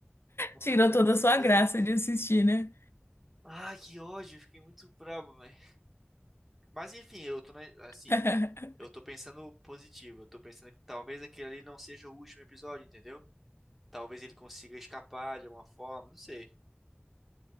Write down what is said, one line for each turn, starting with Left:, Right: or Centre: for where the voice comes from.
Centre: Mano,
Left: Tirou toda
Centre: sério.
Left: a sua graça de assistir, né?
Centre: Ai, que ódio, eu fiquei muito brabo, velho. Mas enfim, eu tô, né, assim,
Left: <laughs>
Centre: eu tô pensando positivo. Eu tô pensando que talvez aquele ali não seja o último episódio, entendeu? Talvez ele consiga escapar de alguma forma, não sei.